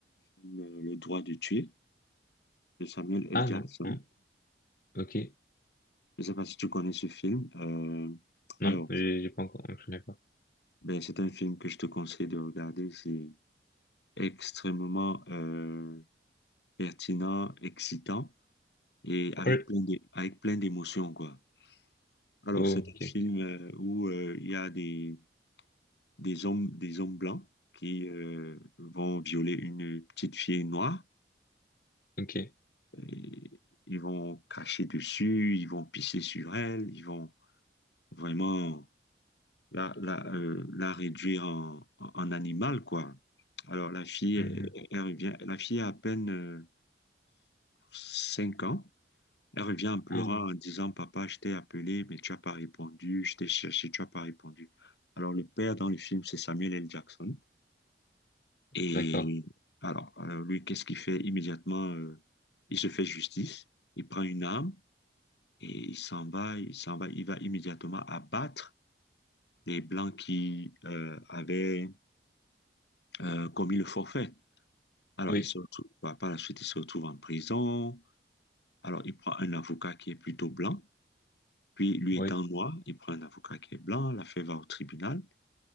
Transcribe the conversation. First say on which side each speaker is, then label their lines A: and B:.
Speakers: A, on the left; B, on the left.
A: film euh, Le droit de tuer de Samuel L.
B: Ah
A: Jackson.
B: non, non, ok,
A: Je sais pas si tu connais ce film. Euh, alors,
B: non, j'ai j'ai pas encore, je connais pas.
A: ben, c'est un film que je te conseille de regarder. C'est extrêmement euh, pertinent, excitant et avec
B: oui
A: plein de, avec plein d'émotions, quoi. Alors,
B: Oh,
A: c'est un
B: ok,
A: film euh, où euh, il y a des, des hommes, des hommes blancs qui euh, vont violer une petite fille noire.
B: ok.
A: Et ils vont cracher dessus, ils vont pisser sur elle, ils vont vraiment la, la, euh, la réduire en, en- en animal, quoi. Alors la fille,
B: Mhm.
A: elle, elle revient, la fille a à peine euh, cinq ans. Elle revient en pleurant
B: Ah,
A: en disant, Papa, je t'ai appelé, mais tu n'as pas répondu, je t'ai cherché, tu n'as pas répondu. Alors le père dans le film, c'est Samuel L. Jackson. Et
B: d'accord.
A: alors, alors, lui, qu'est-ce qu'il fait immédiatement? euh, il se fait justice, il prend une arme. Et il s'en va, il s'en va, il va immédiatement abattre les Blancs qui euh, avaient euh, commis le forfait. Alors,
B: Oui,
A: il se retrouve, bah, par la suite, il se retrouve en prison. Alors, il prend un avocat qui est plutôt blanc. Puis, lui
B: oui,
A: étant noir, il prend un avocat qui est blanc. L'affaire va au tribunal.